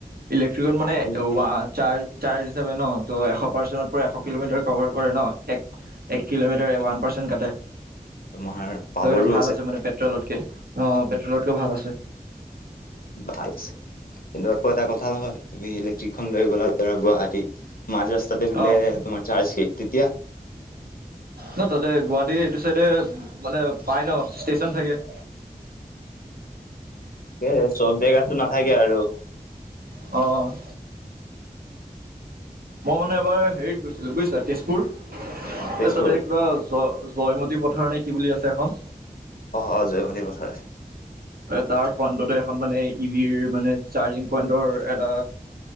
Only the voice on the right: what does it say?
ইলেক্ট্ৰিকেল মানেৱাৰ্
চাৰ্জ ন ত এশ পাৰ্চ পৰা এ কিলোমিটাৰ কভাৰ কৰে ন এক কিলোমিটাৰ ওৱান পাৰ্চেট কাটে
তইটো ভাল আছে মানে পেট্ৰলতকে অঁ পেট্ৰল ক ভাল আছে
অঁ,
ন তাতে গুৱাহাটী এইটো চাইডে মানে পাই ন ষ্টেচন থাকে। <inaudible>
অঁ, - মই মানে এবাৰ হেৰিত গৈছিলো বুজিছা তেজপুৰ
এইটো ভাল জ জয়মতী পথাৰ নে কি বুলি আছে এখন
তাৰ ফ্ৰণ্টতে এখন মানে ই ভিৰ মানে চাৰ্জিং পইন্টৰ এটা।